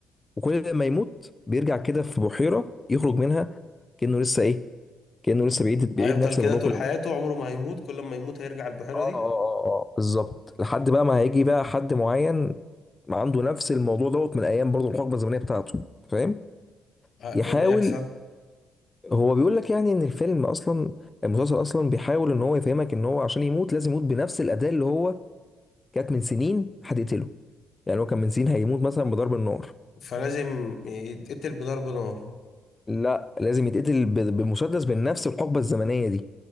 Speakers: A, on the left (about 20°); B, on the left (about 55°).
A: وكل ما يموت بيرجع كده في بحيرة يخرج منها كأنه لسه ايه كأنه لسه بيعيد بيعيد
B: هيفضل
A: نفس
B: كده
A: الموضوع
B: طول
A: كل
B: حياته
A: مرة
B: عمره ما هيموت كل ما يموت هيرجع البحيرة
A: اه
B: دي
A: اه اه اه بالظبط لحد بقى ما هيجي بقى حد معين عنده نفس الموضوع دوت من ايام برضه الحقبه الزمنيه بتاعته أنت فاهم
B: آه.
A: يحاول
B: إيه اللي يحصل
A: هو بيقول لك يعني ان الفيلم اصلا المسلسل اصلا بيحاول ان هو يفهمك ان هو عشان يموت لازم يموت بنفس الاداه اللي هو كانت من سنين هتقتله يعني هو كان من سنين هيموت مثلا بضرب النار
B: فلازم يتقتل بضرب نار
A: لا لازم يتقتل ب- بمسدس من نفس الحقبه الزمنيه دي